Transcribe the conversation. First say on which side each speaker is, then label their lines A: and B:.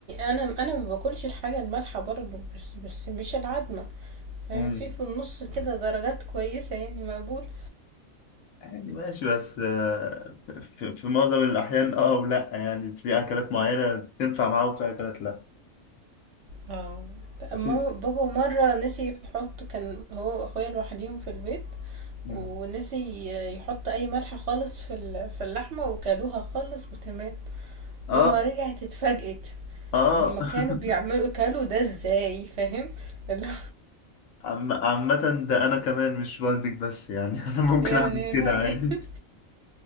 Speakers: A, on the right (about 60°); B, on the left (about 80°).
A: انا انا ما باكلش الحاجه المالحه برضو بس بس مش العدمه فاهم
B: قصدي
A: في في النص كده درجات كويسه يعني مقبول
B: يعني ماشي بس آه، في, في معظم الأحيان اه ولا يعني في أكلات معينة تنفع معاه وفي أكلات لا
A: اه
B: بس
A: اما بابا مره نسي يحط كان هو واخويا لوحديهم في البيت
B: مم.
A: ونسي يحط اي ملح خالص في ال- في اللحمه وكلوها خالص وتمام
B: اه
A: ماما رجعت اتفاجئت
B: اه
A: هما كانوا
B: <laughs>
A: بيعملوا كلوا ده ازاي فاهم اللي هو
B: عم- عامة ده أنا كمان مش والدك بس يعني <laughs> أنا ممكن
A: يعني
B: أعمل كده
A: لا
B: عادي
A: <laughs>